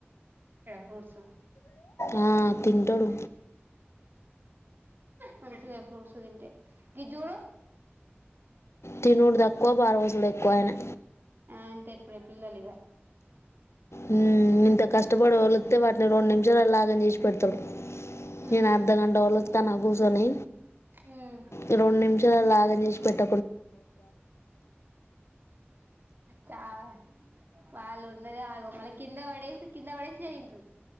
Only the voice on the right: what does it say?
ఫ్రూట్
ఏ మంచిదే ఫ్రూట్స్ తింటే ఇటు చూడు
అంటే ఎ పిల్లలు ఇగా
ఉహు
ఉమ్
చాల వాళ ఉన్నదే ఆగం మళ్ల కింద వడేసి కింద పడేసే తింటారు